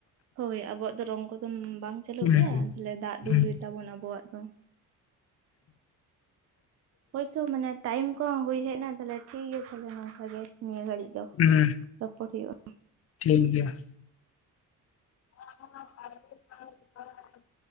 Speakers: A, on the right; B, on the left.
A: ᱦᱳᱭ ᱟᱵᱚᱣᱟᱜ ᱫᱚ ᱨᱚᱝ ᱠᱚᱫᱚ ᱵᱟᱝ ᱪᱟᱹᱞᱩᱜ
B: ᱦᱩᱸ
A: ᱜᱮᱭᱟ ᱛᱟᱞᱦᱮ ᱫᱟᱜ ᱫᱩᱞ
B: ᱦᱩᱸ
A: ᱜᱮᱛᱟᱵᱚᱱ ᱟᱵᱚᱣᱟᱜ ᱫᱚ ᱦᱳᱭᱛᱚ ᱢᱟᱱᱮ ᱴᱟᱭᱤᱢ ᱠᱟ ᱦᱩᱭ ᱦᱮᱡ ᱱᱟ ᱛᱟᱞᱦᱮ ᱴᱷᱤᱠ ᱜᱮᱭᱟ ᱛᱟᱞᱦᱮ ᱱᱚᱝᱠᱟ ᱜᱮ ᱱᱤᱭᱟᱹ ᱜᱷᱟᱹᱲᱤᱡ ᱫᱚ
B: ᱦᱩᱸ
A: ᱨᱚᱯᱚᱴ ᱦᱩᱭᱩᱜᱼᱟ᱾
B: ᱴᱷᱤᱠ ᱜᱮᱭᱟ <unintelligible>